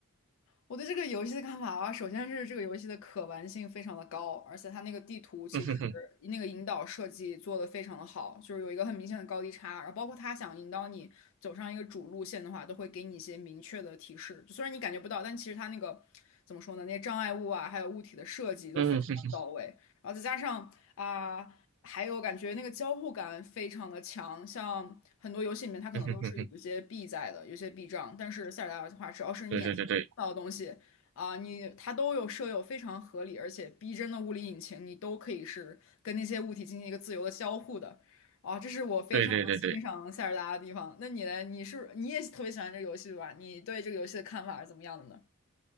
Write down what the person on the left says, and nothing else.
我对这个游戏的看法啊，首先是这个游戏的可玩性非常的高，而且它那个地图其实
那个引导设计做的非常的好，就是有一个很明显的高低差，然后包括它想引导你走上一个主路线的话，都会给你一些明确的提示，就虽然你感觉不到，但其实它那个怎么说呢，那些障碍物啊，还有物体的设计都非常的到位，
然后再加上啊。还有感觉那个交互感非常的强，像很多游戏里面它可能都是有一些币在的，
有些币障，但是塞尔达的话，只要是你眼前看到的东西啊、
你它都有设有非常合理而且逼真的物理引擎，你都可以是跟那些物体进行一个自由的交互的，啊，这是我非常欣赏塞尔达的地方。
那你呢？你是你也特别喜欢这个游戏对吧？你对这个游戏的看法是怎么样的呢？